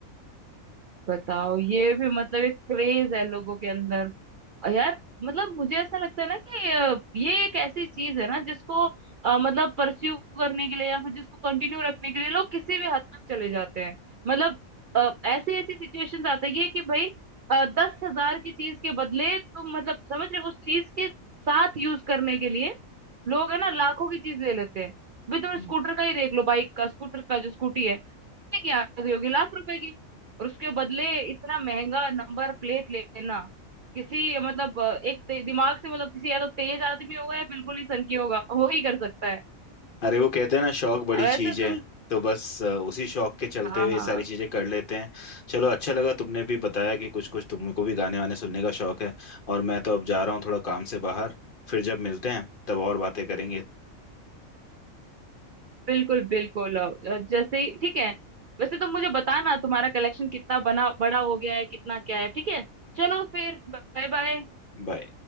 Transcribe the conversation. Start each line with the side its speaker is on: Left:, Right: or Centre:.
Right: बताओ ये भी मतलब एक क्रेज है लोगों के अंदर अ यार मतलब मुझे ऐसा लगता है ना कि अ, ये एक ऐसी चीज है ना जिसको अ, मतलब परस्यू करने के लिए या फिर जिसको कंटिन्यू रखने के लिए लोग किसी भी हद तक चले जाते हैं मतलब अ, ऐसी ऐसी सिचुएशंस आती है कि भाई दस हजार की चीज के बदले तुम मतलब समझ रहे हो उस चीज के साथ यूज करने के लिए लोग है ना लाखों की चीज ले लेते हैं भाई तुम
Left: हम्म।
Right: स्कूटर का ही देख लो बाइक का स्कूटर का जो स्कूटी है की आ गई होगी लाख रुपए की और उसके बदले इतना महंगा नंबर प्लेट लेना किसी मतलब अ, एक ते- दिमाग से मतलब किसी या तो तेज आदमी होगा या बिल्कुल ही सनकी होगा वो ही कर सकता है
Left: अरे वो कहते हैं ना शौक बड़ी
Right: वैसे
Left: चीज
Right: तुम
Left: है तो बस अ, उसी शौक के चलते
Right: हाँ
Left: हुए
Right: हाँ
Left: ये सारी चीजें कर लेते हैं चलो अच्छा लगा तुमने भी बताया कि कुछ कुछ तुमको भी गाने वाने सुनने का शौक है और मैं तो अब जा रहा हूँ थोड़ा काम से बाहर फिर जब मिलते हैं तब और बातें करेंगे
Right: बिल्कुल बिल्कुल अ, अ, जैसे ही ठीक है वैसे तुम मुझे बताना तुम्हारा कलेक्शन कितना बना बड़ा हो गया है कितना क्या है ठीक है चलो फिर Bye bye
Left: बाय